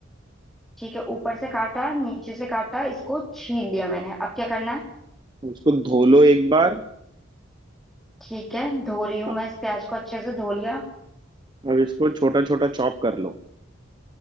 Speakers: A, in the centre; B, on the right (about 25°).
A: ठीक है ऊपर से काटा नीचे से काटा इसको छील लिया मैंने अब क्या करना है
B: इसको धो लो एक बार
A: ठीक है धो रही हूँ
B: हाँ,
A: मैं इस प्याज को अच्छे से धो लिया
B: अब इसको छोटा छोटा चॉप कर लो